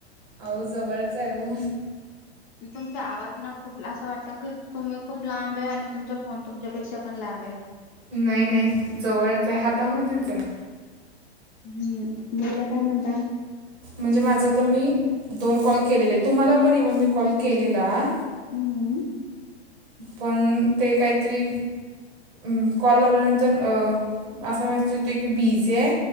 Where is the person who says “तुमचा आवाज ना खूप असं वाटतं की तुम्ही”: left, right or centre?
Left